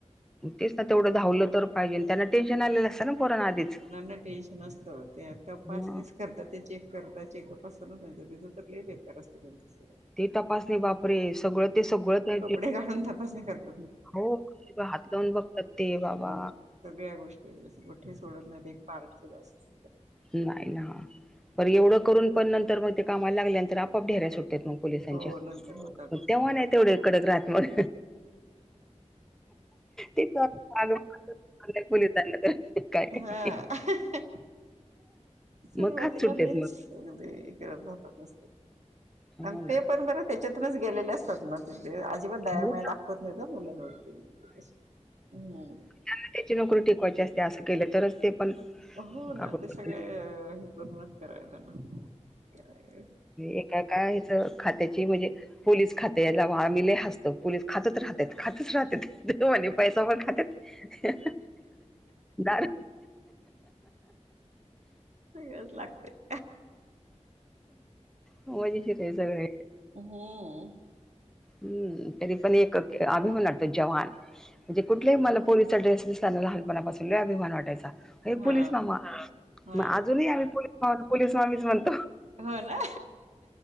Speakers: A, in the centre; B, on the right.
A: तेच ना तेवढ धवल तर पाहिजेल त्यांना टेन्शन आलेल असत ना आधीच.
B: मुलांना टेन्शन असतच ते तपासणीच
A: ह
B: करतात ते चेक करतात ते चेकअप असत ना त्यांच तिथ तर लय बेकार असत त्यांच सगळ.
A: ती तपासनी बापरे सगळ ते सगळ त्या <unintelligible>
B: ते घालून तपासणी करतात काय.
A: हो हात लावून बघतात ते बाबा.
B: हो सगळ्या गोष्टी कुठे सोडत नाही एक पार्ट सुद्धा अस नाहीत.
A: नाही ना बर एवढ करून पण नंतर मग ते कामाला लागल्या नंतर आप ढेऱ्या सुटत्यात मग पोलिसांच्या
B: हो नंतर होतातच
A: मग तेव्हा नाही तेवढे कडक राहत मग. तेग तर <unintelligible> पोलीसांना तर काय काय
B: हां सुरुवातीला
A: मग खात सुटतेत
B: लईच.
A: मग.
B: अगदी करत राहतात नुसते
A: हो
B: आणि
A: ना.
B: ते पण बर त्याच्यातूनच गेलेले असतात ना. ते अजिबात दया
A: हो,
B: माया दाखवत नाहीत मुलांवरती बिलकुल अशी हम्म.
A: त्यांना त्यांची नोकरी टिकवायची असते अस केल तरच ते पण.
B: हो
A: कागदपत्र
B: ना ते सगळे हे करूनच करायला <unintelligible> काय
A: एकाका ह्याज खात्याची म्हणजे पोलीस खात्या याला आम्ही लय हसतो. पोलीस खातच राहतात खातच राहत्यात दे <unintelligible> आणि पैसा पण खातेत. दारू
B: सगळच लागत.
A: मजेशीेर आहे सगळ.
B: हम्म
A: हम्म तरी पण एक अभिमान वाटतो जवान म्हणजे कुठल्याही मला पोलीसाचा ड्रेस दिसला ना लहानपणापासून असा लई अभिमान वाटायचा. हे
B: हा
A: पोलिस मामा हां
B: हा
A: मग आजूनही आम्ही पोलिस मामा पोलिस मामीच म्हणतो.
B: हो ना